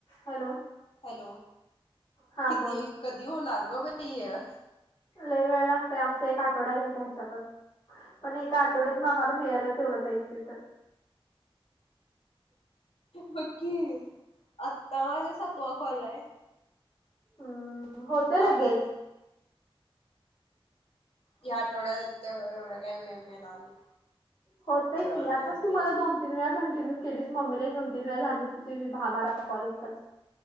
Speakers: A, on the left; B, on the left.
A: Hello.
B: Hello
A: हा
B: किती
A: बोल
B: कधी होणार ग बाई य?
A: लय वेळ लागतय आमचा एक आठवडा गेलता ह्याच्यातच, पण एका आठवड्यात आम्हाला मिळालं तेवढं पैसे तर.
B: बघ की आता माझा सात वा कॉल हाय.
A: हम्म होतंय लगेच.
B: अजून या आठवड्यात य एवढं काय वेळ मिळणार नाही.
A: होतय
B: जेव्हा
A: की
B: मिळेल
A: आताच
B: मिळेल
A: तुम्हाला दोन तीन वेळा कंटिन्यू केलीस म्मीला एक दोन तीन वेळा झालीत की तुझी दहा बारा कॉल इथच.